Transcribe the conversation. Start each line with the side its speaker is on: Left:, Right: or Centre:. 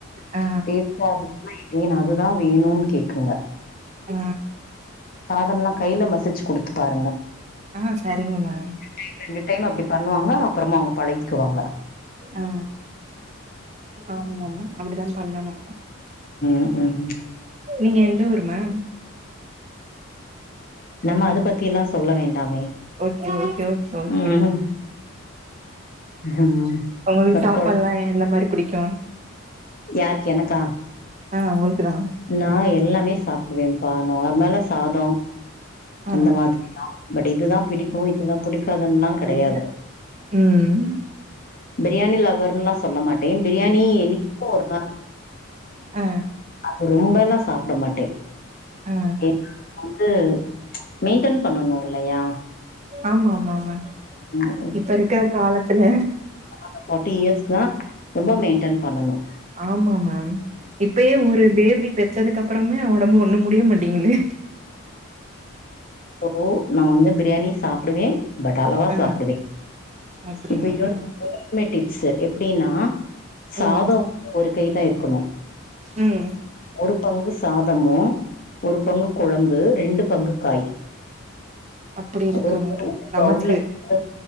Right: ஆ
Left: டேஸ்ட்டாருக் ஏன்ன அதுதான் வேணுன்னு கேக்குங்க
Right: ஆ
Left: சாதம்லாம் கையில மசிச்சு குடுத்து பாருங்க
Right: ஆ செரிங்கமா
Left: ஒரு டைம் ரெண்டு டைம் அப்டி பண்வாங்க அப்றமா அவங்க பழகிகுவாங்க
Right: ஆ ஆமாமா அப்டிதான பண்ணணு
Left: ம் ம் ம்
Right: நீங்க எந்த ஊரு மேம்
Left: நம்ம அது பத்திலாம் சொல்ல வேண்டாமே
Right: ஓகே ஓகேஓகேஓகே
Left: ம்
Right: மா
Left: ம்
Right: உங்ளுக்கு
Left: பட்
Right: சாப்பாடுலாம் எந்த மாரிபுடிக்கு
Left: யார்க்கு எனக்கா
Right: ஆ உங்ளுக்கு தா
Left: நா எல்லாமே சாப்டுவேன்ப்பா நார்மலா சாதம்
Right: ஆ
Left: அந்த மாரி தான் பட் இதுதான் புடிக்கும் இதுதான் புடிக்காதுன்னல்லாம்
Right: அப்டி
Left: கெடையாது
Right: இல்ல ம்
Left: பிரியாணி லவவர்னுல்லாம் சொல்ல மாட்டேன் பிரியாணி என்னைக்கும் ஒரு நாள்
Right: ஆ
Left: அது ரொம்பல்லாம் சாப்ட மாட்டேன்
Right: ஆ
Left: இப்ப வந்து மெயின்டன் பண்ணனும்லையா
Right: ஆமா ஆமா ஆமா
Left: ம்
Right: இப்ப இருக்கிற காலத்துல
Left: நாங்க ஃபார்ட்டி இயர்ஷ்க்குதா ரொம்ப மெயின்டென் பண்ணனு
Right: ஆமா மேம் இப்பயே ஒரு பேபி பெ த்ததுக்கு அப்புறமே உடம்பு ஒண்ணும் முடிய மாட்டிங்குது
Left: ஓ நா வந்து பிரியாணி சாப்பிடுவேன் பட் அளவா
Right: ஆ
Left: சாப்பிடுவே
Right: அப்டிங்களா
Left: இப்ப இன்னொரு மே டிப்ஸ் எப்படின்னா சாதோ
Right: ம்
Left: ஒரு கை தா இருக்கணு
Right: ம்
Left: ஒரு பங்கு சாதமு ஒரு பங்கு குழம்பு ரெண்டு பங்கு காய்
Right: அப்டி இருக்கணு
Left: ஒரு
Right: நமக்கு
Left: பௌல்ல வந்து